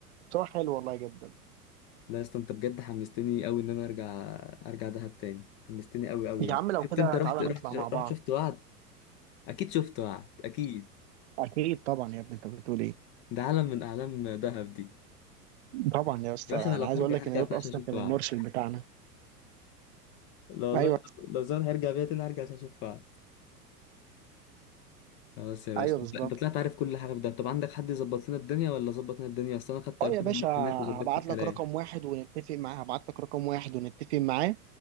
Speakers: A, on the right; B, on the left.
A: بصراحه حلو والله جدا
B: لا يا اسطى انت بجد حمستني قوي ان انا ارجع ارجع دهب تاني حمستني قوي قوي
A: يا
B: يعني
A: عم لو
B: شفت
A: كده
B: انت رحت
A: تعالى
B: رحت
A: نطلع مع
B: رحت
A: بعض
B: شفت وعد اكيد شفت وعد اكيد
A: اكيد طبعا يا ابني انت بتقول ايه
B: ده عالم من اعلام دهب دي
A: طبعا يا اسطى
B: يا باشا انا لو
A: انا عايز
B: هرجع
A: اقول لك
B: هرجع
A: ان ده
B: تاني عشان
A: اصلا
B: اشوف
A: كان
B: وعد
A: المرشد بتاعنا
B: لو والله
A: ايوه
B: لو زمان هيرجع بيا تاني هرجع عشان اشوف وعد خلاص يا باشا
A: ايوه بالظبط
B: انت انت طلعت عارف كل حاجه في دهب طب عندك حد يظبط لنا الدنيا ولا ظبط لنا الدنيا اصل انا خدت
A: اه
B: ارقام
A: يا باشا
B: الناس هناك وظبطت
A: هبعت
B: الكلام
A: لك رقم واحد ونتفق معاه هبعت لك رقم واحد ونتفق معاه